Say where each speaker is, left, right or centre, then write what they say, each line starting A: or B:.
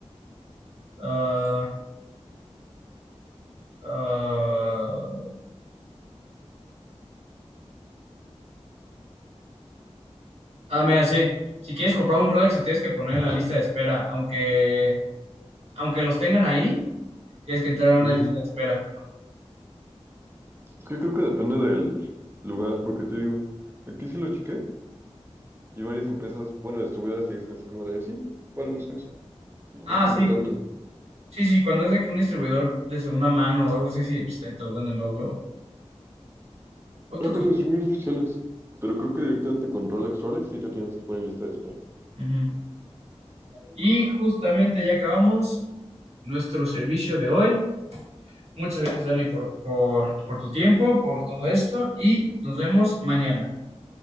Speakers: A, on the right; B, on the right.
A: Ah, ah, ah, mira, sí. Si quieres comprar un Rolex, te tienes que poner en la lista de espera. Aunque, aunque los tengan ahí, tienes que entrar en una
B: ajá.
A: lista de espera.
B: Es que creo que depende del lugar, porque te digo, aquí sí lo chequé y varias empresas, bueno, distribuidoras te dicen así como de, sí, ¿cuál es eso? No
A: Ah,
B: pues,
A: sí.
B: no tanto.
A: Sí, sí. Cuando es de que un distribuidor de segunda mano o algo así, sí, pues ahí te lo venden luego, luego. ¿Cuánto
B: No
A: costó?
B: tengo distribuidores oficiales, pero creo que directamente con Rolex, Rolex sí te tienes que poner en lista de espera.
A: Ujú. Y justamente ya acabamos nuestro servicio de hoy. Muchas gracias, Dani, por, por, por tu tiempo, por todo esto y nos vemos mañana.